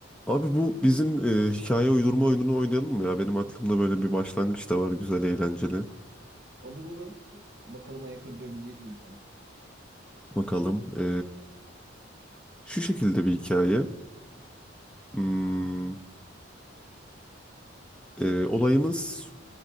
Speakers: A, in the centre; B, on the right.
A: Abi bu bizim e, hikaye uydurma oyununu oynayalım mı ya? Benim aklımda böyle bir başlangıç da var güzel eğlenceli.
B: Olur olur. Bakalım ayak uydurabilecek miyim sana?
A: Bakalım. e, şu şekilde bir hikaye. Hmm, e, olayımız